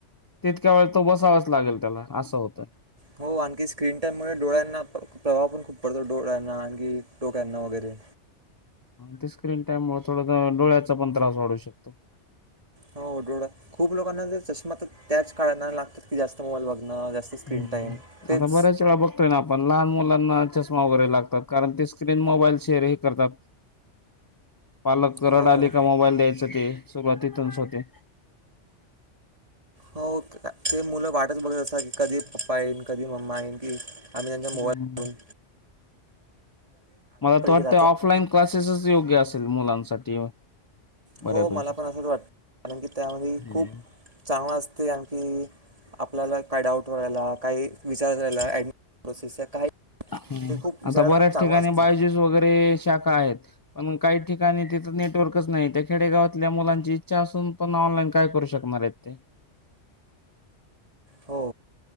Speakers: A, on the left; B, on the right.
A: तितक्या वेळ तो बसावाच लागेल त्याला असं होतं
B: हो आणखी स्क्रीन टाइम मुळे डोळ्यांना प्रवााह पण खूप परत डोळ्यांना आणि डोक्यांना वगैरे
A: ते स्क्रीन टाइम मोतीबिंदू, थोडास डोळ्याचा पण त्रास वाढू शकतो.
B: हो डोळा, खूप लोकांना चषमा तर त्याच कारणाने लागतात. की जास्त मोबाईल बघणं जास्त स्क्रीन
A: ह्
B: टाईम तेच
A: आता बऱ्याच वेळा बघतोय ना आपण लहान. मुलांना चष्मा वगैरे लागतात, कारण ते स्क्रीन मोबाईल शेर ह करतात. पालक
B: हो
A: रडाले का मोबाईल द्यायचं ते, सुरवात तिथूनच होते.
B: हो ते मुलं वाटच बघत असतात की कधी पप्पा येईन, कधी मम्मा येईन की. आम्ही त्यांच्या मोबाईलवरून
A: हम्म. मला तर वाटतं
B: राहते
A: ऑफलाईन क्लासेसच योग्य असेल मुलांसाठी. बऱ्यापैकी.
B: हो मला पण असंच वाटत, कारण की त्यामध्ये
A: हम्म.
B: खूप चांगला असते आणखी आपल्याला काय डाऊट व्हा, काही विचारयला प्रसेस काही.
A: ह
B: ते खूप विचारायला
A: आता बऱ्याच
B: खूप चांगलं
A: ठिकाणी
B: असतं
A: बायजूस वगैरे शाखा आहेत. पण काही ठिकाणी तिथं नेटवर्कच नाही, त्या खेडेगावातल्या मुलांची इच्छा असून पण ऑनलाईन काय करू शकत मरेत <unintelligible>
B: हो